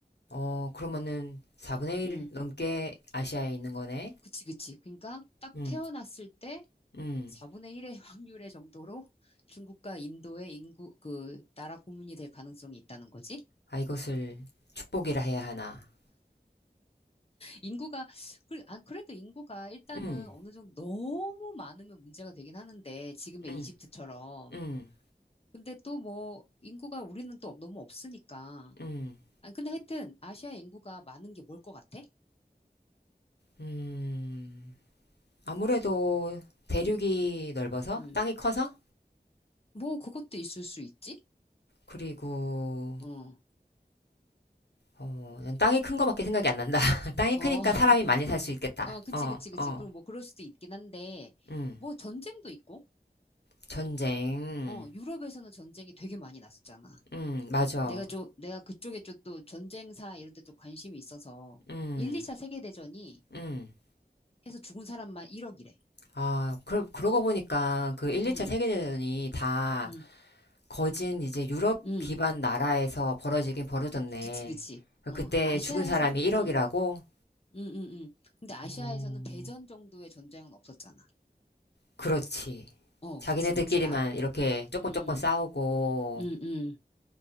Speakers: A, on the left; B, on the left.
A: 어, 그러면은 4분의 1
B: 음,
A: 넘게 아시아에 있는 거네.
B: 그치, 그치. 그러니까 딱
A: 음,
B: 태어났을 때
A: 음.
B: 4분의 1의 <laughs> 확률의 정도로 중국과 인도의 인구, 그, 나라 고민이 될 가능성이 있다는 거지?
A: 아, 이것을 축복이라 해야 하나.
B: 인구가, 그, 아, 그래도 인구가 일단은
A: 음,
B: 어느 정도 너무 많으면 문제가 되긴 하는데, 지금의
A: 음,
B: 이집트처럼.
A: 음,
B: 근데 또 뭐, 인구가 우리는 또 너무 없으니까.
A: 음,
B: 아, 근데 하여튼, 아시아 인구가 많은 게 뭘 것 같아?
A: 음. 아무래도 대륙이
B: 음,
A: 넓어서,
B: 음.
A: 땅이 커서,
B: 뭐, 그것도 있을 수 있지?
A: 그리고
B: 어,
A: 어, 난 땅이 큰 거밖에 생각이 안 난다. <laughs> 땅이
B: 어,
A: 크니까
B: <laughs>
A: 사람이 많이 살 수 있겠다.
B: 어, 그치,
A: 어,
B: 그치, 그치.
A: 어,
B: 그럼 뭐, 그럴 수도 있긴 한데,
A: 음.
B: 뭐, 전쟁도 있고,
A: 전쟁.
B: 어, 유럽에서는 전쟁이 되게 많이 났었잖아.
A: 음, 맞아.
B: 내가 좀, 내가 그쪽에 좀 또 전쟁사 이런 데 또 관심이 있어서,
A: 음,
B: 1, 2차 세계대전이
A: 음.
B: 해서 죽은 사람만 1억이래.
A: 아, 그러, 그러고 보니까 그 1,
B: 응,
A: 2차 세계대전이 다
B: 응,
A: 거진 이제 유럽
B: 응.
A: 기반 나라에서 벌어지긴 벌어졌네.
B: 그치, 그치. 어,
A: 그때
B: 아시아에서는,
A: 죽은 사람이 1억이라고?
B: 응, 응, 응, 응. 근데 아시아에서는
A: 어,
B: 대전 정도의 전쟁은 없었잖아.
A: 그렇지.
B: 어,
A: 자기네들끼리만
B: 그치, 그치. 나,
A: 이렇게 조금
B: 음,
A: 조금 싸우고,
B: 음, 음.